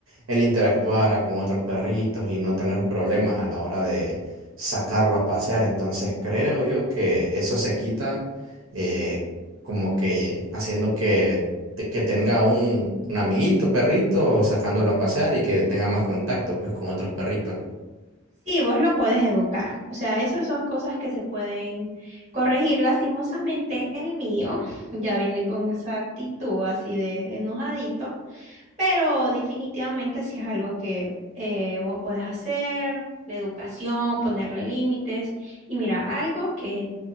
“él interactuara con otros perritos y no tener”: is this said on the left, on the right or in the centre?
Right